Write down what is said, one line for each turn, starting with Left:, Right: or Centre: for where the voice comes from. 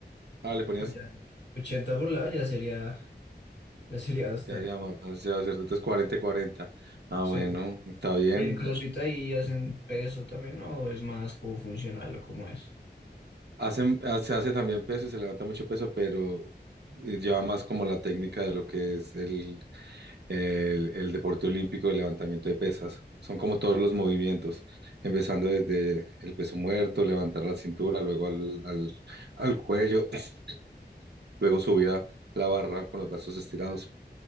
Right: Ah, le ponías,
Left: No, ya 80 por lado ya sería, ya sería bastante.
Right: ya sería más, ya va a ser, entonces 40 y 40. Ah,
Left: Sí.
Right: bueno, está bien.
Left: ¿Y el CrossFit ahí hacen peso también ¿no? o es más como funcional o cómo es?
Right: Hacen, ah, se hace también peso, se levanta mucho peso, pero eh, lleva más como la técnica de lo que es el, el, el deporte olímpico de levantamiento de pesas. Son como todos los movimientos, empezando desde el peso muerto, levantar la cintura, luego al, al, al cuello, <clears throat> luego subir a la barra con los brazos estirados